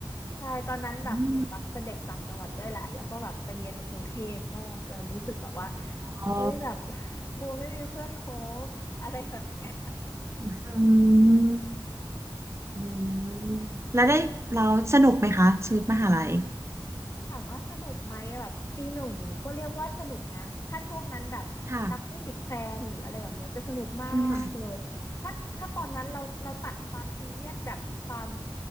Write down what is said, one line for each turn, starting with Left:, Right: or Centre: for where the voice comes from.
Left: ใช่ ตอนนั้นแบบเหมือนตักเป็นเด็กต่างจังหวัดด้วยแหละ
Right: อืม
Left: แล้วก็แบบไปเรียนในกรุงเทพก็จะรู้สึกแบบว่า
Right: อ๋อ
Left: เฮ้ยแบบ <laughs> กลัวไม่มีเพื่อนคบอะไรแบบเนี้ย
Right: อืมอืมแล้วได้เราสนุกไหมคะชีวิตมหาลัย
Left: ถามว่าสนุกไหมแบบปีหนึ่งก็เรียกว่าสนุกนะถ้าช่วงนั้นแบบตักไม่ติดแฟนหรืออะไรแบบเนี้ยจะสนุกมากเลยถ้าถ้าตอนนั้นเราเราตัดความซีเรียสแบบความ
Right: ค่ะอืม